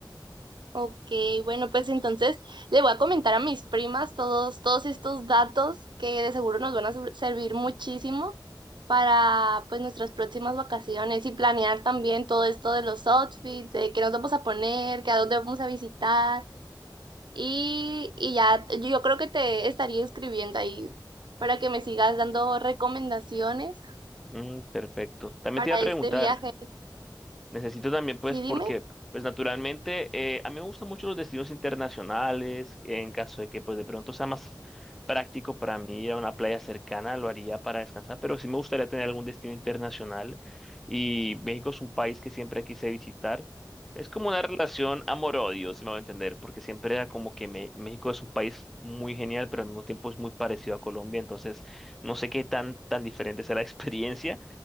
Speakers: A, on the right; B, in the centre.
A: ok, bueno, pues entonces le voy a comentar a mis primas todos, todos estos datos que de seguro nos van a ser- servir muchísimo. para pues nuestras próximas vacaciones y planear también todo esto de los outfits, de qué nos vamos a poner, qué a dónde vamos a visitar y, y ya yo creo que te estaría escribiendo ahí para que me sigas dando recomendaciones
B: Mm, perfecto. También
A: para
B: te iba a preguntar.
A: este viaje.
B: Necesito también,
A: Sí,
B: pues, porque,
A: dime.
B: pues, naturalmente, eh, a mí me gustan mucho los destinos internacionales. En caso de que, pues, de pronto sea más práctico para mí ir a una playa cercana, lo haría para descansar, pero sí me gustaría tener algún destino internacional. Y México es un país que siempre quise visitar. Es como una relación amor-odio, si me va a entender, porque siempre era como que me- México es un país muy genial, pero al mismo tiempo es muy parecido a Colombia, entonces no sé qué tan, tan diferente sea la <laughs> experiencia